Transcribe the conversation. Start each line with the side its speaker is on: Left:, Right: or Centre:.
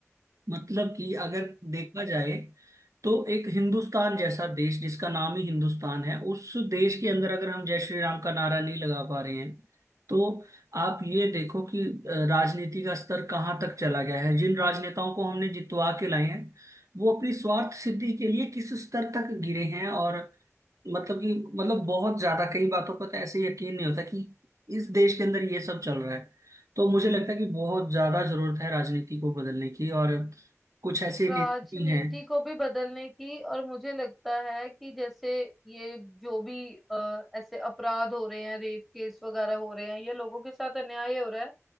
Right: मतलब कि अगर देखा जाए तो एक हिंदुस्तान जैसा देश जिसका नाम ही हिंदुस्तान है उस देश के अंदर अगर हम जय श्री राम का नारा नहीं लगा पा रहे हैं तो आप ये देखो कि अ, राजनीति का स्तर कहाँ तक चला गया है जिन राजनेताओं को हमने जितवा के लाए हैं वो अपनी स्वार्थ सिद्धि के लिए किस स्तर तक गिरे हैं और मतलब कि मतलब बहुत ज्यादा कई बातों पर तो ऐसे यकीन नहीं होता कि इस देश के अंदर ये सब चल रहा है तो मुझे लगता है कि बहुत ज्यादा जरूरत है राजनीति को बदलने की और कुछ ऐसे
Centre: राजनीति
Right: नेता भी हैं
Centre: को भी बदलने की और मुझे लगता है कि जैसे ये जो भी अ, ऐसे अपराध हो रहे हैं रेप केस वगैरह हो रहे हैं या लोगों के साथ अन्याय हो रहा है